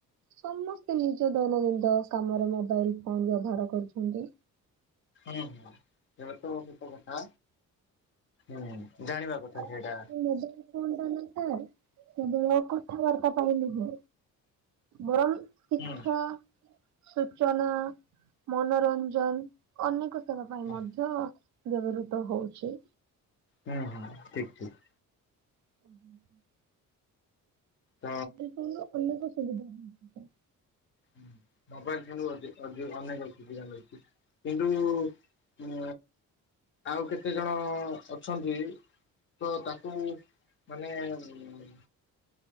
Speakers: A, on the right; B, on the left.
A: ସମସ୍ତେ ନିଜର ଦୈନନ୍ଦନ୍ଦ କାମରେ ମୋବାଇଲ ଫୋନ ବ୍ୟବହାର କରୁଛନ୍ତି।
B: ହୁଁ ହୁଁ ଏଟା ତ ଗୋଟେ କଥା ହୁଁ ଜାଣିବା କଥା
A: ଆଉ
B: ସେଇଟା।
A: ମୋବାଇଲ ଫୋନଟା ନା ସାର କେବଳ କଥାବାର୍ତ୍ତା ପାଇଁ ନୁହେଁ ବରଂ ଶିକ୍ଷା,
B: ହୁଁ
A: ସୂଚନା, ମନୋରଞ୍ଜନ ଅନେକ ସେବା ପାଇଁ
B: ହୁଁ
A: ମଧ୍ୟ ବ୍ୟବହୃତ ହୋଉଚି।
B: ହୁଁ ହୁଁ ଠିକ ଠିକ।
A: <unintelligible>
B: ତ
A: <unintelligible> ଅନେକ ସୁବିଧା‌ ରହିଚି।
B: ହୁଁ ମୋବାଇଲ କିନ୍ତୁ ଅଧି ଅଧିକ ଅନେକ ସୁବିଧା ମିଳୁଛି କିନ୍ତୁ ଉ ଆଉ କେତେ ଜଣ ଅଛନ୍ତି ତ ତାକୁ ମାନେ ଉଁ